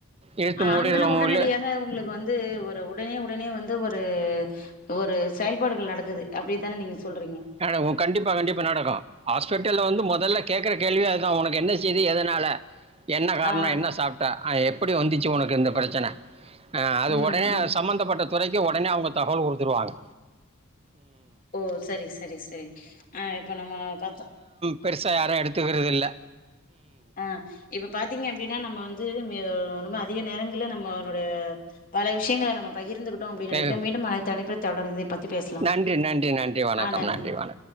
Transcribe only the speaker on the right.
இழுத்து
மூடிடுற
மூலு
கன ஓ கண்டிப்பா கண்டிப்பா நடக்கு ஹாஸ்பிட்டல வந்து முதல்ல கேக்கற கேள்வி அதா உனக்கு என்ன செய்து எதனால என்ன காரணோ
என்ன சாப்பிட்ட அ எப்டி வந்துச்சி உனக்கு இந்த பிரச்சன ஆ அது
ஒடனே
அ சம்பந்தப்பட்டது துறைக்கு ஒடனே அவங்க தகவல் குடுத்துருவாங்க
பெருசா யாரு எடுத்துக்கறதில்ல
பேக-
நன்றி நன்றி நன்றி வணக்கம்
வணக்கம்